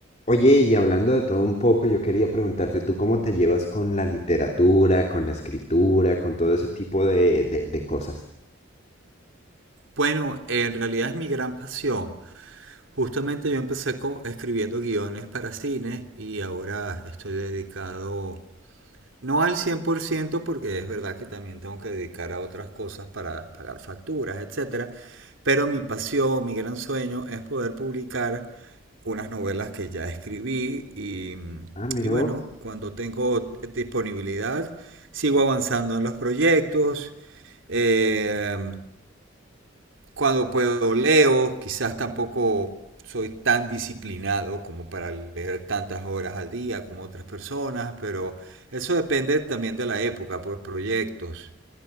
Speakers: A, on the left; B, on the right.
A: Oye, y hablando de todo un poco, yo quería preguntarte, ¿tú cómo te llevas con la literatura, con la escritura, con todo ese tipo de, de- de cosas?
B: Bueno, en realidad es mi gran pasión. Justamente yo empecé co- escribiendo guiones para cine y ahora estoy dedicado, no al 100% porque es verdad que también tengo que dedicar a otras cosas para pagar facturas, etcétera. Pero mi pasión, mi gran sueño es poder publicar unas novelas que ya escribí y,
A: Ah, mira
B: y bueno,
A: vos.
B: cuando tengo disponibilidad, sigo avanzando en los proyectos. Eh, cuando puedo leo, quizás tampoco soy tan disciplinado como para leer tantas horas al día como otras personas, pero eso depende también de la época, por proyectos.